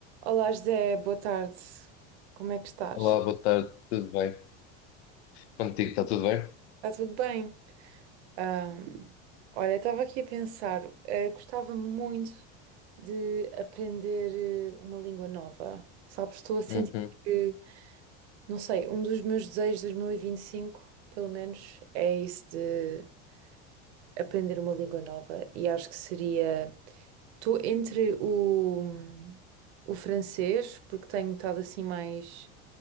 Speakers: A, on the right; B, on the left.
A: Olá, José, boa tarde. Como é que estás?
B: Olá, boa tarde, tudo bem? Contigo está tudo bem?
A: Está tudo bem? Ahm, olha, estava aqui a pensar, eh, gostava muito de aprender eh, uma língua nova. Sabes, estou a sentir
B: Uhum,
A: que, não sei, um dos meus desejos de 2025, pelo menos, é isso de aprender uma língua nova. E acho que seria Estou entre o, o francês, porque tenho estado assim mais